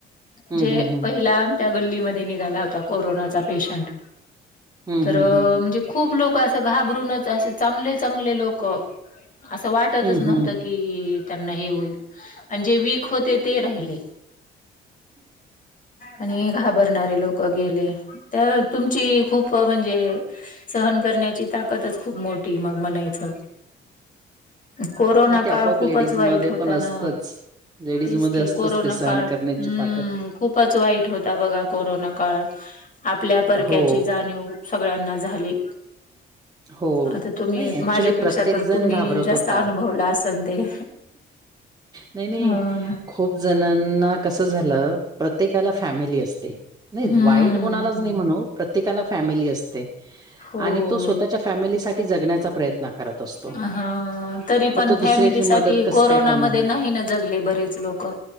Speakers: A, on the right (about 20°); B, on the left (about 40°).
A: हं,
B: जे
A: हं, हं.
B: पहिल्या त्या गल्लीमध्ये निघाला होता कोरोनाचा पेशंट
A: हं,
B: तर
A: हं, हं.
B: म्हणजे खूप लोक असं घाबरूनच असे चांगले चांगले लोक असं वाटतच
A: हं,
B: नव्हतं
A: हं.
B: की कि त्यांना हे होईल आणि जे वीक होते ते राहिले. आणि घाबरणारे लोक गेले त्या तुमची खूप म्हणजे सहन करण्याची ताकदच खूप मोठी मग म्हणायचं. कोरोना
A: नाही ते
B: काळ
A: आपोआप
B: खूप
A: लेडीजमध्ये
B: वाईट होता
A: पण असतंच.
B: ना
A: लेडीजमध्ये
B: तेच की
A: असतंच
B: कोरोना
A: ते सहन
B: काळ
A: करण्याची
B: ह्
A: ताकद.
B: खूपच वाईट होता बघा कोरोना काळात आपल्या परक्याची
A: हो,
B: जाणीव सगळ्यांना झाले.
A: हो.
B: आता तुम्ही
A: नाही ॲक्चुअली
B: माझ्यापेक्षा
A: प्रत्येक
B: तर
A: जण
B: तुम्ही
A: घाबरत
B: जास्त
A: होता.
B: अनुभवला असल ते
A: नाही, नाही.
B: हो ना.
A: खूप जणांना कस झालं प्रत्येकाला फॅमिली असते. नाही
B: हम्म
A: वाईट कोणालाच नाही म्हणू प्रत्येकाला फॅमिली असते
B: हो
A: आणि तो स्व फॅमिलीसाठी जगण्याचा प्रयत्न असतो.
B: हा तरी
A: मग
B: पण
A: तो दुसऱ्याची
B: फॅमिली साठी
A: मदत कसं
B: कोरोनामध्ये
A: काय करणार?
B: नाही ना जगले बरेच लोक क